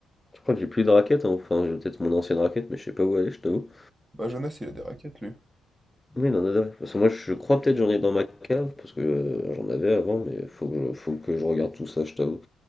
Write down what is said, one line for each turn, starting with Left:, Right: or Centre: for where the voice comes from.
Left: je crois que j'ai plus de raquette. hein. Enfin, j'ai peut-être mon ancienne raquette, mais je sais pas où elle est, je t'avoue.
Right: Bah, Jonas, il a des raquettes, lui.
Left: Oui, non, non, non. Parce que moi, je crois peut-être j'en ai dans ma cave, parce que euh, j'en avais avant, mais faut que, je- faut que je regarde tout ça, je t'avoue.